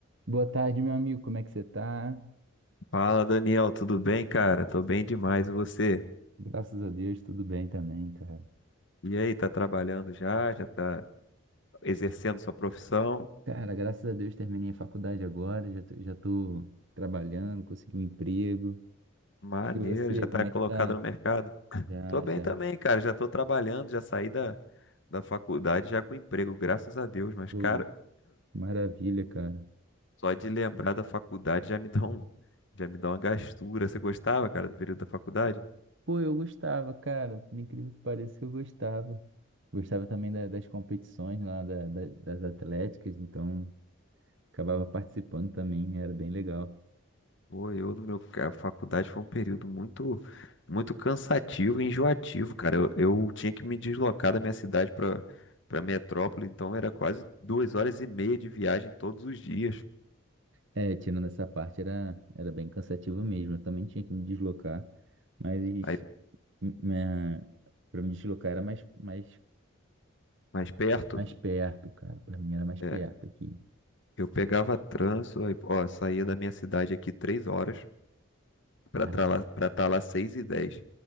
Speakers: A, on the right; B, on the left.
A: Boa tarde, meu amigo. Como é que você tá?
B: Fala, Daniel, tudo bem, cara? Tô bem demais, e você?
A: Graças a Deus, tudo bem também, cara.
B: E aí, tá trabalhando já? Já tá exercendo sua profissão?
A: Cara, graças a Deus terminei a faculdade agora, já tô, já tô trabalhando, consegui um emprego.
B: Maneiro,
A: E você,
B: já
A: como
B: tá
A: é
B: colocado
A: que tá?
B: no mercado.
A: Já,
B: Tô bem
A: já.
B: também, cara, já tô trabalhando, já saí da, da faculdade já com emprego, graças a Deus, mas,
A: Pô,
B: cara,
A: maravilha, cara.
B: só de lembrar da faculdade já me dá um, já me dá uma gastura. Você gostava, cara, do período da faculdade?
A: Pô, eu gostava, cara. Por incrível que pareça, eu gostava. Gostava também da- das competições lá, da- da- das atléticas, então acabava participando também, era bem legal.
B: Pô, eu no meu ca- a faculdade foi um período muito muito cansativo e enjoativo, cara. Eu, eu tinha que me deslocar da minha cidade para para metrópole, então era quase duas horas e meia de viagem todos os dias.
A: É, tirando essa parte era, era bem cansativo mesmo. Eu também tinha que me deslocar, mas
B: Aí
A: m- minha, pra me deslocar era mais, mais,
B: mais perto,
A: mais perto, cara. Pra mim era mais
B: é,
A: perto aqui.
B: eu pegava trânsito, aí, ó, saía da minha cidade aqui três horas, para
A: Caramba.
B: estar lá seis e dez